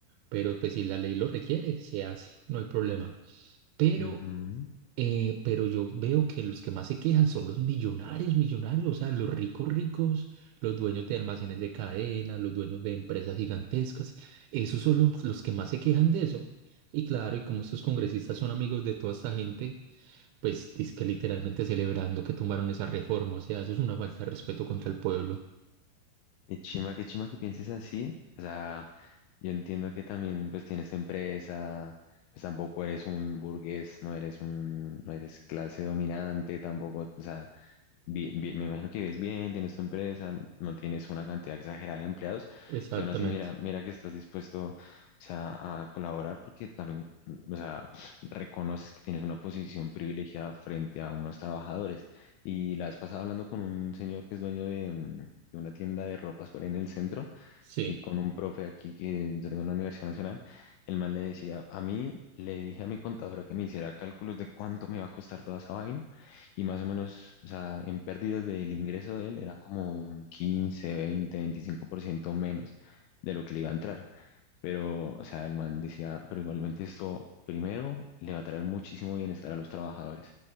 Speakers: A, on the right (about 85°); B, on the left (about 85°).
A: Pero pues si la ley lo requiere, se hace, no hay problema. Pero
B: Ujú.
A: Eh, pero yo veo que los que más se quejan son los millonarios, millonarios, o sea, los ricos ricos, los dueños de almacenes de cadena, los dueños de empresas gigantescas, esos son los, los que más se quejan de eso. Y claro, y como estos congresistas son amigos de toda esta gente, pues es que literalmente celebrando que tumbaron esa reforma, o sea, eso es una falta de respeto contra el pueblo.
B: Qué chimba, qué chimba que pienses así. O sea, Yo entiendo que también pues tienes tu empresa, pues tampoco eres un burgués, no eres un, no eres clase dominante, tampoco, o sea, vi- vi- me imagino que vives bien, tienes tu empresa, no tienes una cantidad exagerada de empleados,
A: Exactamente.
B: y aún así mira, mira que estás dispuesto, o sea, a colaborar porque también, o sea, reconoces que tienes una posición privilegiada frente a unos trabajadores. Y la vez pasada hablando con un señor que es dueño de, mm, de una tienda de ropas por ahí en el centro,
A: Sí.
B: y con un profe aquí que yo tengo en la Universidad Nacional, el man le decía, a mí le dije a mi contadora que me hiciera cálculos de cuánto me iba a costar toda esa vaina y más o menos, o sea, en pérdidas del ingreso de él eran como un quince, veinte, veinticinco por ciento menos de lo que le iba a entrar. Pero, o sea, el man decía, pero igualmente esto, primero, le va a traer muchísimo bienestar a los trabajadores.